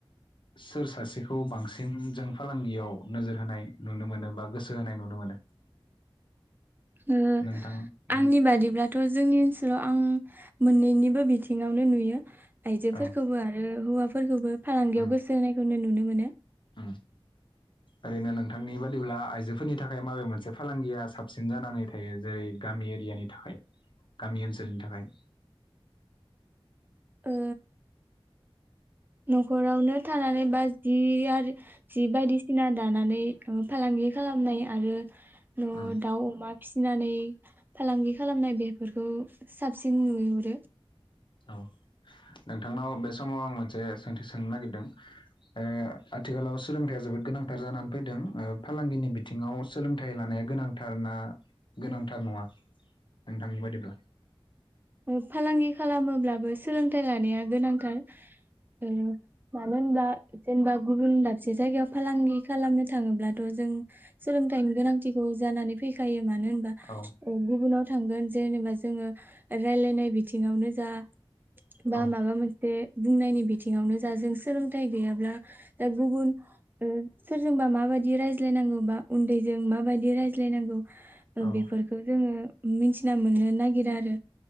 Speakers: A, on the left (about 55°); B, on the right (about 20°).
A: सोर सासेखौ बांसिन जों फालांगियाव नोजोर होनाय नुनो मोनो बा गोसो होनाय नुनो मोनो?
B: ओ
A: नोंथां
B: आंनि
A: उम
B: बादिब्लाथ जोंनि ओनसोलाव आं मोननैनिबो बिथिङावनो नुयो। आयजोफोरखौबो
A: औ
B: आरो हौवा फो फोरखौबो। फालांगियाव
A: उम
B: गोसो होनायखौनो नुनो मोनो।
A: उम ओरैनो नोंथांनि बादिब्ला आइजोफोरनि थाखाय माबे मोनसे फालांगिया साबसिन जानानै थायो जेरै गामि एरियानि थाखाय गामि ओनसोलनि थाखाय?
B: ओ नखरावनो थानानै बा जि आरो जि बायदिसिना दानानै फालांगि खालामनाय आरो ओ
A: उम
B: दाउ अमा फि फिनानै फालांगि खालामनाय बेफोरखौ साबसिन नुहुरो।
A: औ नोंथांनाव बे समाव आं मोनसे सोंथि सोंनो नागिरदों ओ आथिखालाव सोलोंथाइया जोबोद गोनांथार जानानै फैदों ओ फालांगिनि बिथिङाव सोलोंथाइ लानाया गोनांथारनाा गोनांथार नङा नोंथांनि बायदिब्ला?
B: ओ फालांगि खालामोब्लाबो सोलोंथाइ लानाया गोनांथार ओ मानो होनबा जेनेबा गुबुन दाबसे जायगायाव फालांगि खालामनो थाङोब्लाथ जों सोलोंथाइनि गोनांथिखौ जानानै फैखायो। मानो होनबा
A: औ
B: ओ गुबुनाव थांगोन जेनेबा जोङो रायलायनाय बिथिङावनो जा
A: औ
B: बा माबा मोनसे बुंनायनि बिथिङावनो जा जों सोलोंथाइ गैयाब्ला दा गुबुगुन उम सोरजोंबा माबायदि रायज्लायनांगौ बा उन्दैजों माबायदि रायज्लायनांगौ
A: औ
B: बेफोरखौ जोङो मिथिना मोननो नागिरा आरो